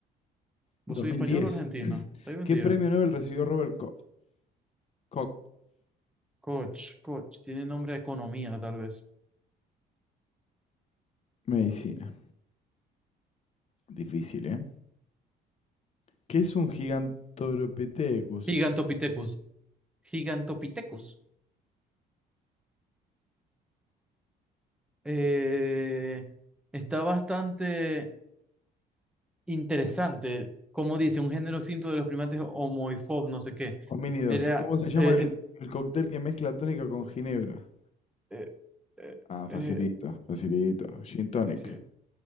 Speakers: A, on the left (about 40°); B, in the centre.
A: 2010.
B: ¿Vos sois español o argentino? Estoy vendido.
A: ¿Qué premio Nobel recibió Robert Koch? Koch.
B: Coach, coach. Tiene nombre de economía, tal vez.
A: Medicina. Difícil, ¿eh? ¿Qué es un gigantopithecus?
B: Gigantopithecus. Gigantopithecus. eh, está bastante interesante. Como dice, un género extinto de los primates homoifob, no sé qué.
A: Homínidos.
B: Era.
A: ¿Cómo se llama
B: eh,
A: el,
B: eh,
A: el cóctel que mezcla tónica con ginebra?
B: eh, eh,
A: Ah,
B: eh,
A: facilito, facilito. Gin tonic.
B: sí, sí,